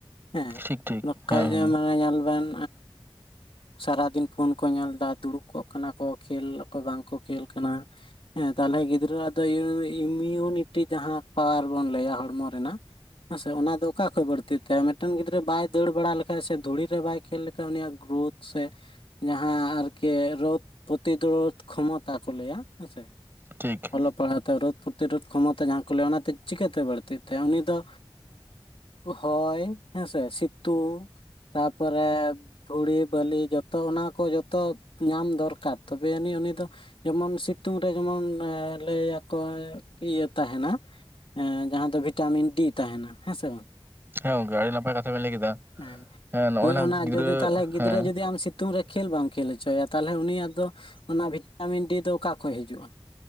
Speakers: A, on the left; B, on the right.
A: ᱦᱮᱸ
B: ᱴᱷᱤᱠ ᱴᱷᱤᱠ
A: ᱵᱟᱠᱷᱟᱡ
B: ᱦᱮᱸ ᱦᱮᱸ
A: ᱢᱟᱱᱮ ᱧᱮᱞ ᱵᱮᱱ ᱥᱟᱨᱟᱫᱤᱱ ᱯᱷᱳᱱ ᱠᱚ ᱧᱮᱞ ᱫᱟ ᱫᱩᱲᱩᱵ ᱠᱚᱜ ᱠᱟᱱᱟ ᱠᱚ ᱠᱷᱮᱞ ᱠᱚ ᱵᱟᱝᱠᱚ ᱠᱷᱮᱞ ᱠᱟᱱᱟ ᱦᱮᱸ ᱛᱟᱦᱚᱞᱮ ᱜᱤᱫᱽᱨᱟᱹ ᱟᱜ ᱫᱚ ᱤᱢᱤᱭᱩᱱᱤᱴᱤ ᱡᱟᱦᱟᱸ ᱯᱟᱣᱟᱨ ᱵᱚᱱ ᱞᱟᱹᱭᱟ ᱦᱚᱲᱢᱚ ᱨᱮᱱᱟᱜ ᱦᱮᱸ ᱥᱮ ᱚᱱᱟ ᱫᱚ ᱚᱠᱟ ᱠᱷᱚᱡ ᱵᱟᱹᱲᱛᱤ ᱛᱟᱭᱟ ᱢᱤᱫᱴᱮᱱ ᱜᱤᱫᱽᱨᱟᱹ ᱵᱟᱭ ᱫᱟᱹᱲ ᱵᱟᱲᱟ ᱞᱮᱠᱷᱟᱡ ᱥᱮ ᱫᱷᱩᱲᱤ ᱨᱮ ᱵᱟᱭ ᱠᱷᱮᱞ ᱞᱮᱠᱷᱟᱡ ᱩᱱᱤᱭᱟᱜ ᱜᱨᱳᱛᱷ ᱥᱮ ᱡᱟᱦᱟᱸ ᱟᱨᱠᱤ ᱨᱳᱫᱷ ᱯᱨᱚᱛᱤᱨᱳᱫᱷ ᱠᱷᱚᱢᱚᱛᱟ ᱠᱚ ᱞᱟᱹᱭᱟ ᱦᱮᱸᱥᱮ
B: ᱴᱷᱤᱠ
A: ᱚᱞᱚᱜ ᱯᱟᱲᱦᱟᱣ ᱛᱮ ᱨᱳᱫᱷ ᱯᱨᱚᱛᱤᱨᱳᱫᱷ ᱠᱷᱚᱢᱚᱛᱟ ᱡᱟᱦᱟᱸ ᱠᱚ ᱞᱟᱹᱭᱟ ᱚᱱᱟᱛᱮ ᱪᱤᱠᱟᱹᱛᱮ ᱵᱟᱹᱲᱛᱤᱜ ᱛᱟᱭᱟ ᱩᱱᱤ ᱫᱚ ᱦᱚᱭ ᱦᱮᱸᱥᱮ ᱥᱤᱛᱩᱝ ᱛᱟᱯᱚᱨᱮ ᱫᱷᱩᱲᱤ ᱵᱟᱹᱞᱤ ᱡᱚᱛᱚ ᱚᱱᱟ ᱠᱚ ᱡᱚᱛᱚ ᱧᱟᱢ ᱫᱚᱨᱠᱟᱨ ᱛᱚᱵᱮ ᱟᱹᱱᱤᱡ ᱩᱱᱤ ᱫᱚ ᱡᱮᱢᱚᱱ ᱥᱤᱛᱩᱝ ᱨᱮ ᱡᱮᱢᱚᱱ ᱞᱟᱹᱭᱟᱠᱚ ᱤᱭᱟᱹ ᱛᱟᱦᱮᱱᱟ ᱮ ᱡᱟᱦᱟᱸ ᱫᱚ ᱵᱷᱤᱴᱟᱢᱤᱱ ᱰᱤ ᱛᱟᱦᱮᱱᱟ ᱦᱮᱸ ᱥᱮ ᱵᱟᱝ
B: ᱦᱮᱸ ᱜᱚᱝᱠᱮ ᱟᱹᱰᱤ ᱱᱟᱯᱟᱭ ᱠᱟᱛᱷᱟ ᱵᱮᱱ ᱞᱟᱹᱭ ᱠᱮᱫᱟ
A: ᱦᱮᱸ
B: ᱱᱚᱜᱼᱚᱭ
A: ᱦᱳᱭ
B: ᱱᱟᱜ
A: ᱚᱱᱟ
B: ᱜᱤᱫᱽᱨᱟᱹ
A: ᱡᱩᱫᱤ ᱛᱟᱦᱚᱞᱮ ᱜᱤᱫᱽᱨᱟᱹ
B: ᱦᱮᱸ
A: ᱡᱩᱫᱤ ᱟᱢ ᱥᱤ ᱥᱤᱛᱩᱝ ᱨᱮ ᱠᱷᱮᱞ ᱵᱟᱢ ᱠᱷᱮᱞ ᱦᱚᱪᱚ ᱟᱭᱟ ᱛᱟᱦᱚᱞᱮ ᱩᱱᱤᱭᱟᱜ ᱫᱚ ᱚᱱᱟ ᱵᱷᱤᱴᱟᱢᱤᱱ ᱰᱤ ᱫᱚ ᱚᱠᱟ ᱠᱷᱚᱡ ᱦᱤᱡᱩᱜᱼᱟ